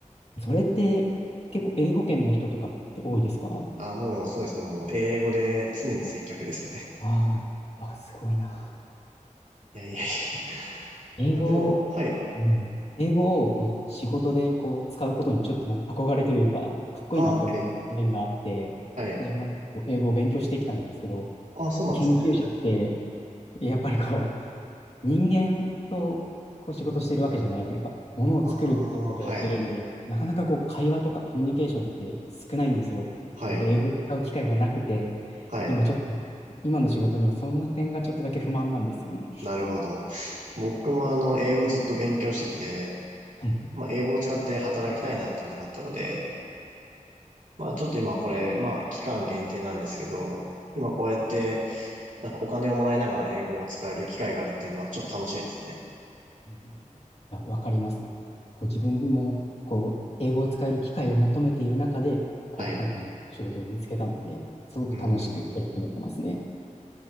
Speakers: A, on the left (about 50°); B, on the right (about 70°).
A: それって結構英語圏の人とかって多いですか
B: あ、もうそうですね。もう英語で常に接客ですね。
A: ああ、わ、すごいな。
B: いやいやいや。
A: こう英語を、
B: まあでも、はい。
A: うん、英語をこう仕事でこう使うことにちょっとなんか憧れというか、かっこいいなって思う面があって、
B: あ、はい。はい。
A: 自分はこう英語を勉強してきたんですけど、
B: あ、そうなんですね。
A: 研究者ってやっぱりこう、人間とこう仕事してるわけじゃないというか、ものを作るっていうことをやってるんで、
B: ああ、はい。
A: なかなかこう、会話とかコミュニケーションって少ないんですよ。
B: はい。
A: なので、英語を使う機会がなくて、
B: はい。
A: 今ちょっと、今の仕事にはその点がちょっとだけ不満なんですよね。
B: なるほど。僕もあの、英語ずっと勉強してて、
A: はい。
B: まあ、英語を使って働きたいなっていうのがあったので、まあ、ちょっと今これ、まあ、期間限定なんですけど、今こうやって、なんかお金をもらいながら英語を使える機会があるっていうのはちょっと楽しいですね。
A: うんいや、わかります。こう、自分も、こう、英語を使える機会を求めている中で、こう、
B: はい。
A: 今回の仕事を見つけたので、すごく楽しく取り組めてますね。
B: うん。